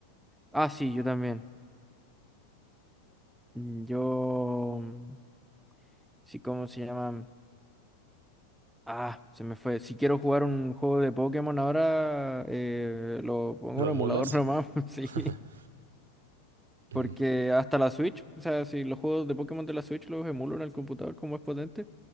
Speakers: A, in the centre; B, on the right.
A: Ah, sí, yo también. Mm, Yo... mm, Sí, ¿cómo se llaman? Ah, se me fue. Si quiero jugar un juego de Pokémon ahora, eh, lo pongo
B: ¿Lo
A: en un
B: emulas?
A: emulador nomás, <laughs> sí.
B: <laughs> Mm,
A: Porque hasta la Switch, o sea, si los juegos de Pokémon de la Switch los emulo en el computador como es potente.